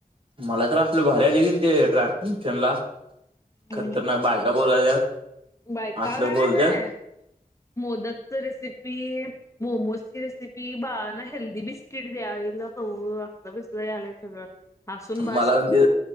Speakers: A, on the right; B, on the left.
A: मला तर आपलं भारी आले की ते ट्रॅशन ला.
B: हम्म.
A: खतरनाक बायका बोलायल्या,
B: बायका
A: असल
B: काय माहित
A: बोलत्यात.
B: आहे मोदकच रेसिपी, मोमोजची रेसिपी, बाळा ना हेल्दी बिस्किट द्यायला होव. बसलाय सगळं हसून बास.
A: मला पण ते